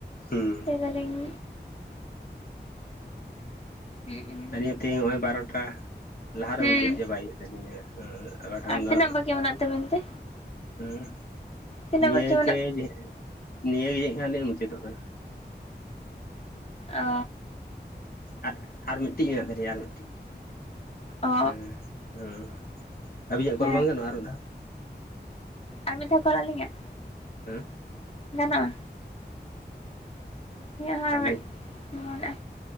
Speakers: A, on the left; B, on the left.
A: ᱦᱩᱸ
B: ᱞᱟᱹᱭᱫᱟᱞᱤᱧ ᱦᱩᱸ
A: ᱟᱞᱤᱧ ᱦᱚᱸ ᱛᱤᱦᱤᱧ ᱦᱚᱜᱼᱚᱭ ᱵᱟᱨᱚᱴᱟ ᱞᱟᱦᱟ
B: ᱦᱩᱸ
A: ᱨᱮ ᱢᱩᱪᱟᱹᱫ ᱪᱟᱵᱟᱭ ᱦᱩᱭᱩᱜ ᱛᱟᱹᱞᱤᱧᱟ, ᱵᱟᱠᱷᱟᱱ
B: ᱟᱨ
A: ᱫᱚ
B: ᱛᱤᱱᱟᱹᱜ ᱵᱟᱹᱠᱤ ᱢᱮᱱᱟᱜ ᱛᱟᱵᱤᱱ ᱛᱮ
A: ᱦᱩᱸ,
B: ᱛᱤᱱᱟᱹᱜ
A: ᱱᱤᱭᱟᱹᱜᱮ
B: ᱵᱟᱹᱠᱤ ᱢᱮᱱᱟᱜ
A: <inaudible> ᱱᱤᱭᱟᱹᱜᱮ ᱡᱟᱱᱤᱡ ᱠᱷᱚᱱ <inaudible> ᱢᱩᱪᱟᱹᱫᱚᱜ ᱠᱟᱱᱟ᱾
B: ᱚ
A: ᱟᱨ ᱟᱨ ᱢᱤᱫᱴᱤᱡ ᱢᱮᱱᱟᱜ ᱛᱟᱞᱤᱧᱟ ᱟᱨ ᱢᱤᱫᱴᱤᱡ᱾
B: ᱚ
A: ᱦᱮᱸ ᱦᱮᱸ ᱟᱹᱵᱤᱧᱟᱜ ᱠᱚᱞ
B: ᱦᱮᱸ
A: ᱵᱟᱝ ᱜᱟᱱᱚᱜᱼᱟ ᱟᱨ ᱢᱤᱫ ᱫᱷᱟᱣ?
B: ᱟᱨ ᱢᱤᱫ ᱫᱷᱟᱣ ᱠᱚᱞ ᱟᱹᱞᱤᱧᱟᱜ
A: ᱦᱮᱸ ᱾
B: ᱜᱟᱱᱚᱜᱼᱟ ᱾ ᱦᱚᱸ
A: ᱛᱟᱦᱚᱞᱮ
B: ᱟᱨ ᱢᱤᱫ ᱢᱮᱱᱟᱜᱼᱟ